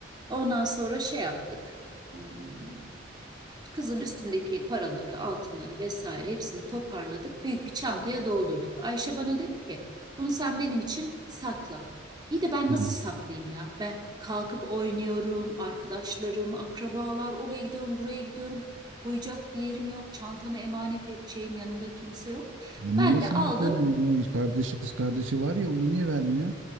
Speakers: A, on the right; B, on the right.
A: Ondan sonra şey yaptık. Hmm, Kızın üstündeki paraları, altınları vesaire hepsini toparladık. Büyük bir çantaya doldurduk. Ayşe bana dedi ki, bunu sen benim için sakla. İyi de ben
B: Ha.
A: nasıl saklayayım ya? Ben kalkıp oynuyorum, arkadaşlarım, akrabalar, oraya gidiyorum, buraya gidiyorum. Koyacak bir yerim yok, çantamı emanet edeceğim, yanımda kimse yok.
B: Ya niye
A: Ben
B: sana
A: de aldım.
B: söylüyor? Kardeşi kız kardeşi var ya onu niye vermiyor?